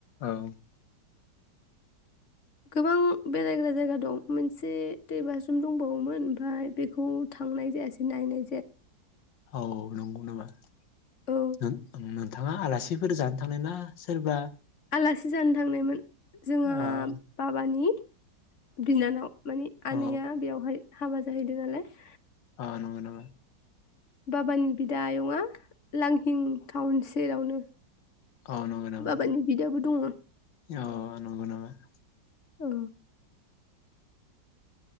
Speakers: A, on the left; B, on the left.
A: औ
B: गोबां बेरायग्रा जायगा दं मोनसे दै बाजरुम दंबावोमोन ओमफ्राय बेखौ थांनाय जायासै नायनो
A: औ नंगौ नामा <inaudible>
B: औ
A: नोंथाङा आलासिफोर जानो थांनाय ना सोरबा
B: आलासि जानो थांनायमोन जोंहा
A: ओ
B: बाबानि बिनानाव मानिे आनैया
A: औ
B: बेवहाय हाबा ज <unintelligible>
A: ओ नंगौ नामा
B: बाबानि बिदा आयंआ लांहिं टाउन सेरावनो
A: औ नंगौ नाबा
B: बाबानि बिदाबो दङ
A: औ नंगौ नामा <inaudible>
B: औ